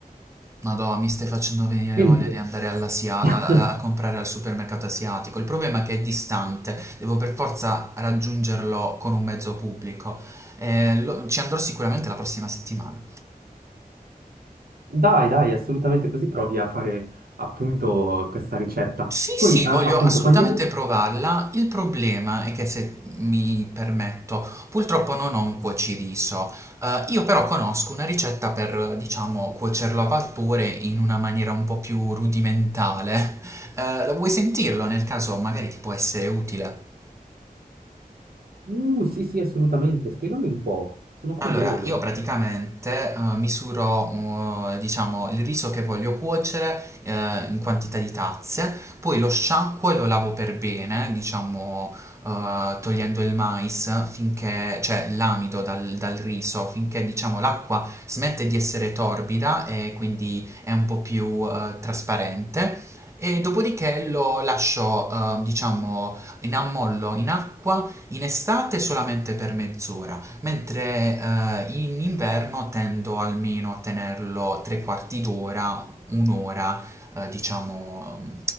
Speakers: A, on the right; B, on the right.
A: Madonna, mi stai facendo venire
B: Mentre
A: voglia di andare all'Asia-
B: <laughs>
A: a, a- a comprare al supermercato asiatico. Il problema è che è distante, devo per forza raggiungerlo con un mezzo pubblico. Eh, lo- ci andrò sicuramente la prossima settimana.
B: Dai, dai, assolutamente così provi a fare appunto questa ricetta.
A: Sì,
B: Poi,
A: sì,
B: a-
A: voglio
B: appunto,
A: assolutamente
B: quando...
A: provarla. Il problema è che se mi permetto, purtroppo non ho un cuociriso. Eh, io però conosco una ricetta per, diciamo, cuocerlo a vapore in una maniera un po' più rudimentale. Eh, lo vuoi sentirlo? Nel caso magari ti può essere utile.
B: Uh, sì, sì, assolutamente. Spiegami un po', sono curioso.
A: Allora, io praticamente eh, misuro, uh, diciamo, il riso che voglio cuocere eh, in quantità di tazze, poi lo sciacquo e lo lavo per bene, diciamo, eh, togliendo il mais finché, cioè l'amido dal, dal riso, finché, diciamo, l'acqua smette di essere torbida e quindi è un po' più eh, trasparente. E dopodiché lo lascio, eh, diciamo, in ammollo in acqua in estate solamente per mezz'ora mentre eh, in inverno tendo almeno a tenerlo tre quarti d'ora, un'ora, eh, diciamo, mm,